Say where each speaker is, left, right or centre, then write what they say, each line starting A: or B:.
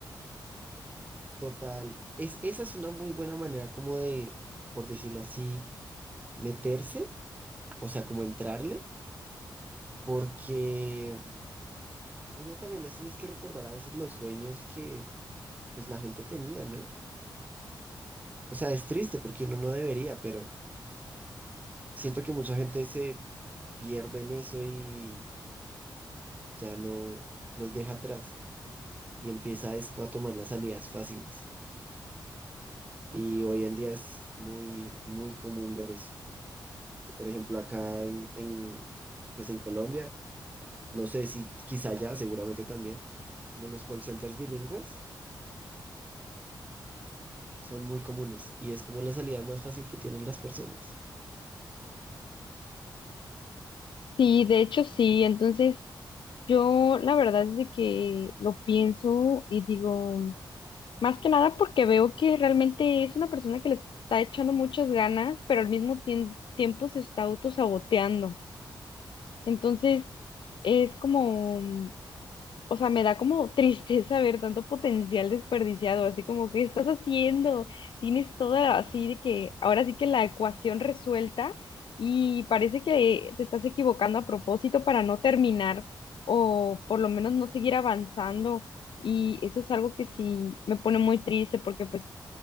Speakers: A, on the right; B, on the left.
A: Total, es, esa es una muy buena manera como de, por decirlo así, meterse, o sea, como entrarle, porque mm, uno también les tienes que recordar a veces los sueños que pues la gente tenía, ¿no? O sea, es triste porque uno no debería, pero siento que mucha gente se pierde en eso y ya no los deja atrás y empieza es a tomar las salidas fáciles. Y hoy en día es muy, muy común ver eso. Por ejemplo, acá en, en, pues en Colombia, no sé si quizá ya, seguramente también, como los call centers bilingües son muy comunes y es como la salida más fácil que tienen las personas.
B: Sí, de hecho sí, entonces yo la verdad es de que lo pienso y digo... Más que nada porque veo que realmente es una persona que le está echando muchas ganas, pero al mismo tien- tiempo se está autosaboteando. Entonces, es como, mm, o sea, me da como <laughs> tristeza ver tanto potencial desperdiciado, así como, ¿qué estás haciendo? Tienes toda así de que ahora sí que la ecuación resuelta y parece que te estás equivocando a propósito para no terminar o por lo menos no seguir avanzando. Y eso es algo que sí me pone muy triste porque pues